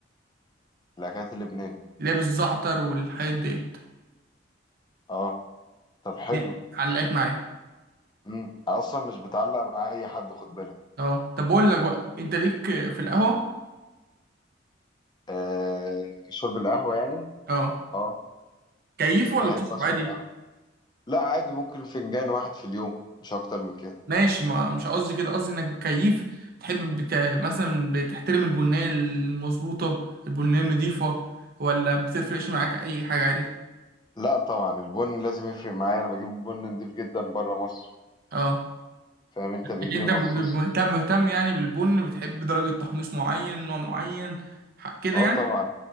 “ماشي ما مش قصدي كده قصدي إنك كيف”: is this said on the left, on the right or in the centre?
Right